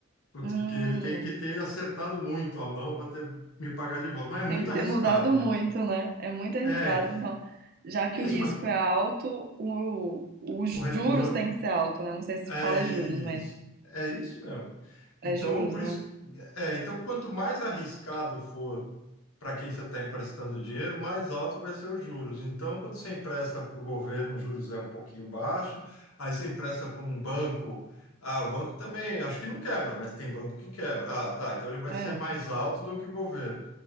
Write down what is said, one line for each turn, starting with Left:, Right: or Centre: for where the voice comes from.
Left: Putz,
Right: Hum,
Left: porque ele tem que ter acertado muito a mão para me pagar de volta. Mas
Right: tem
Left: é muito
Right: que
Left: arriscado,
Right: ter mudado muito,
Left: né?
Right: né? É muito arriscado.
Left: É,
Right: Então, já que
Left: isso,
Right: o risco
Left: mas
Right: é alto, o, os
Left: o retorno
Right: juros tem que ser alto, né? Não sei se
Left: É
Right: fala
Left: isso,
Right: juros, mas
Left: é isso mesmo.
Right: é
Left: Então,
Right: juros,
Left: por
Right: né?
Left: isso, é, então quanto mais arriscado for para quem você está emprestando dinheiro, mais alto vai ser os juros. Então, quando você empresta para o governo, os juros é um pouquinho baixo, aí você empresta para um banco, ah, o banco também, acho que não quebra, mas tem banco que quebra. Ah, tá, então ele vai
Right: É.
Left: ser mais alto do que o governo.